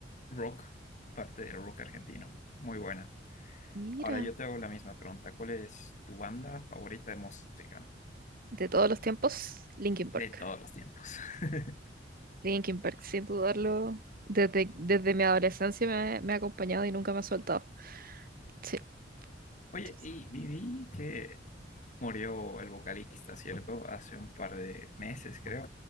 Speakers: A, on the left; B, on the right.
A: rock, parte del rock argentino. Muy buena.
B: Mira,
A: Ahora yo te hago la misma pregunta. ¿Cuál es tu banda favorita de música
B: de todos los tiempos, Linkin
A: de
B: Park.
A: todos los tiempos? <laughs>
B: Linkin Park, sin dudarlo, desde, desde mi adolescencia me, ha me ha acompañado y nunca me ha soltado. Sí.
A: Oye,
B: sí. sí.
A: y viví que murió el vocalista, ¿cierto? Hace un par de meses, creo.